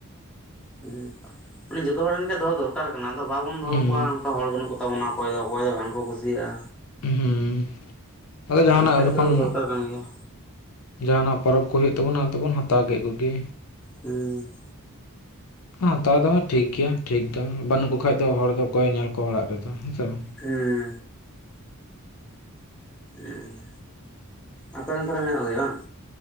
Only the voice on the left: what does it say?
ᱦᱩᱸ
ᱦᱩᱸ ᱟᱫᱚ ᱡᱟᱦᱟᱱᱟᱜ
ᱡᱚᱠᱷᱚᱱ
ᱡᱟᱦᱟᱱᱟᱜ ᱯᱚᱨᱚᱵᱽ ᱠᱚ ᱦᱩᱭᱩᱜ ᱛᱟᱵᱚᱱᱟ ᱚ ᱛᱮᱵᱚᱱ ᱦᱟᱛᱟᱣ ᱠᱮᱫ ᱠᱚᱜᱮ᱾
ᱦᱮ ᱦᱟᱛᱟᱣ ᱫᱚ ᱦᱟᱸᱜ ᱴᱷᱤᱠ ᱜᱮᱭᱟ ᱴᱷᱤᱠ ᱫᱚ, ᱵᱟᱹᱱᱩᱜ ᱠᱚ ᱠᱷᱟᱡ ᱫᱚ ᱦᱚᱲ ᱫᱚ ᱚᱠᱚᱭᱮ ᱧᱮᱞ ᱠᱚᱣᱟ ᱚᱲᱟᱜ ᱨᱮᱫᱚ, ᱦᱮᱸ ᱥᱮ ᱵᱟᱝ?